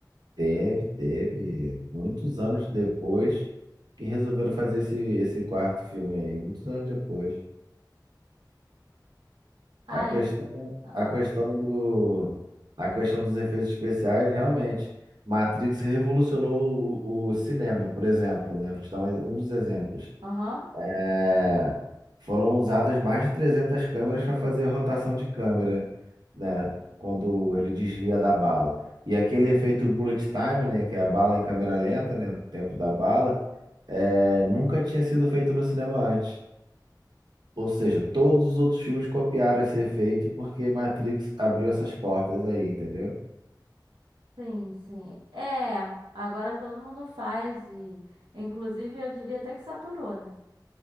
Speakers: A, on the right; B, on the right.
A: Teve, teve. Muitos anos depois que resolveram fazer esse, esse quarto filme aí. Muitos anos depois.
B: Ai,
A: A questão,
B: ah,
A: a questão do, a questão dos efeitos especiais, realmente. Matrix revolucionou o, o cinema, por exemplo, né? Vou te dar um, um dos exemplos.
B: aham,
A: É, foram usadas mais de 300 câmeras para fazer a rotação de câmera, né, quando ele desvia da bala. E aquele efeito bullet time, né, que é a bala em câmera lenta, né, o tempo da bala, é, nunca tinha sido feito no cinema antes. Ou seja, todos os outros filmes copiaram esse efeito porque Matrix abriu essas portas aí, entendeu?
B: sim, sim. É, agora todo mundo faz e, inclusive, eu diria até que saturou, né?